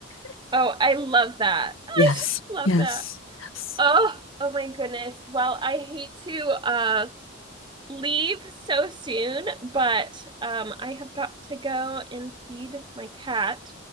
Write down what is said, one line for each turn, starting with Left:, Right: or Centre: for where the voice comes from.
Right: Oh, I love that. <laughs> I
Left: Yes,
Right: just love
Left: yes,
Right: that.
Left: yes.
Right: Oh, oh my goodness. Well, I hate to uh leave so soon, but um I have got to go and feed my cat.